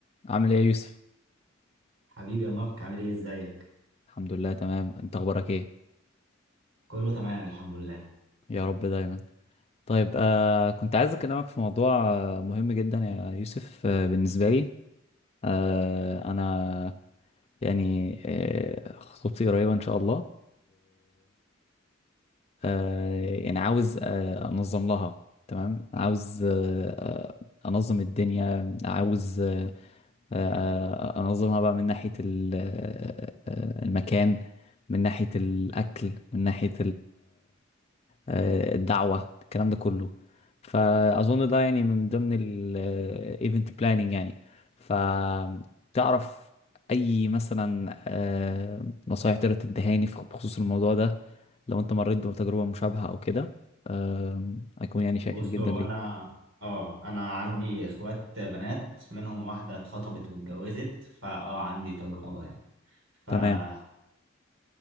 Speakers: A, on the left; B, on the right.
A: عامل ايه يا يوسف
B: حبيبي يا مارك عامل ايه ازيك
A: الحمد لله تمام انت اخبارك ايه
B: كله تمام الحمد لله
A: يا رب دايما طيب آه كنت عايز اكلمك في موضوع آه، مهم جدا يا يوسف آه بالنسبه لي آه انا يعني آه خطوبتي قريبه ان شاء الله آه، يعني عاوز آه، انظم لها تمام عاوز آه، آه، انظم الدنيا عاوز آه، آه، آه، انظمها بقى من ناحية ال- آه، آه، المكان من ناحية الاكل من ناحية آه، الدعوة الكلام ده كله فأظن ده يعني من ضمن الايفنت بلاننج يعني فتعرف أي مثلا آه، نصايح تقدر تدهاني في- بخصوص الموضوع ده لو أنت مريت بتجربة مشابهة أو كده آم، أكون يعني شاكر
B: بص
A: جدا
B: هو
A: ليك
B: انا اه انا عندي اخوات بنات منهم واحده اتخطبت واتجوزت فاه عندي تجربه يعني فبص
A: تمام